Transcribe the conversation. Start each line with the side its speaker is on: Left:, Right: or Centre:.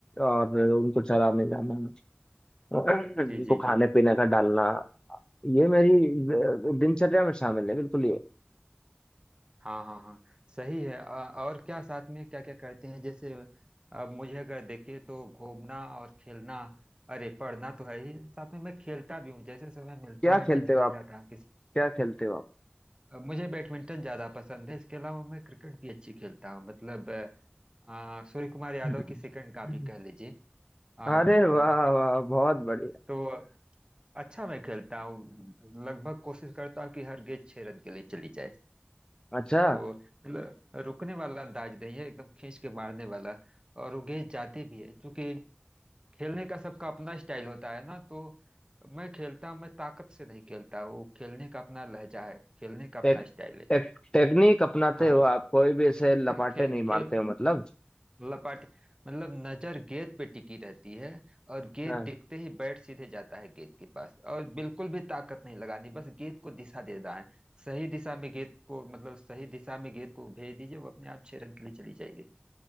Left: और उनको चराने जाना उनको
Right: जी जी
Left: खाने
Right: जी
Left: पीने का डालना ये मेरी अ, दिनचर्या में शामिल है बिल्कुल ये
Right: हाँ हाँ हाँ सही है अ- और क्या साथ में क्या क्या करते हैं जैसे अब मुझे अगर देखे तो घूमना और खेलना अरे पढ़ना तो है ही साथ में मैं खेलता भी हूँ जैसे समय मिलता
Left: क्या
Right: है
Left: खेलते
Right: मैं निकल
Left: हो आप
Right: जाता हूँ
Left: क्या खेलते हो आप
Right: अ, मुझे बैडमिंटन ज्यादा पसंद है इसके अलावा मैं क्रिकेट भी अच्छी खेलता हूँ मतलब अ, अ, सूर्य कुमार यादव
Left: <laughs>
Right: की सेकंड कॉपी कह लीजिए अ,
Left: अरे
Right: म,
Left: वाह वाह बहुत बढ़िया
Right: तो अच्छा मैं खेलता हूँ लगभग कोशिश करता हूँ कि हर गेंद छह रन के लिए चली जाए
Left: अच्छा
Right: तो मतलब रुकने वाला अंदाज नहीं है एकदम खींच के मारने वाला और वो गेंद जाती भी है क्योंकि खेलने का सबका अपना स्टाइल होता है ना तो मैं खेलता हूँ मैं ताकत से नहीं खेलता वो खेलने का अपना लहजा है खेलने का अपना
Left: टेक,
Right: स्टाइल है
Left: टेक, टेक्निक अपनाते
Right: हाँ
Left: हो आप कोई भी ऐसे लपाटे
Right: खे, खे,
Left: नहीं
Right: खेल
Left: मारते हो मतलब
Right: लपाट मतलब नजर गेंद पे टिकी रहती है और गेंद
Left: हाँ
Right: दिखते ही बैट सीधे जाता है गेंद के पास और बिल्कुल भी ताकत नहीं लगानी बस गेंद को दिशा देना है सही दिशा में गेंद को मतलब सही दिशा में गेंद को भेज दीजिए वो अपने आप छह रन के लिए चली जाएगी